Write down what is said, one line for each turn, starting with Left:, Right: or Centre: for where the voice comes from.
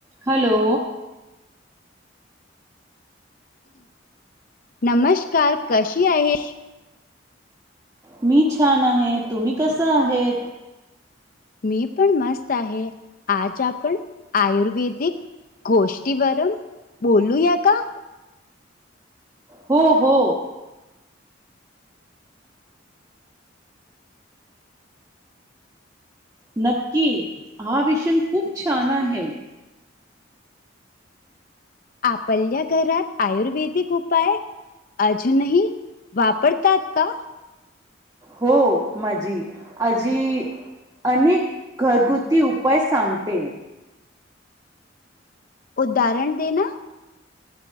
Right: Hello.
Left: नमस्कार कशी आहे?
Right: मी छान आहे. तुम्ही कसं आहेत?
Left: मी पण मस्त आहे. आज आपण आयुर्वेदिक गोष्टीवरून बोलूया का?
Right: हो हो. नक्की हा विषय खूप छान आहे.
Left: आपल्या घरात आयुर्वेदिक उपाय अजूनही वापरतात का?
Right: हो माझी आजी अनेक घरगुती उपाय सांगते.
Left: उदाहरण देना?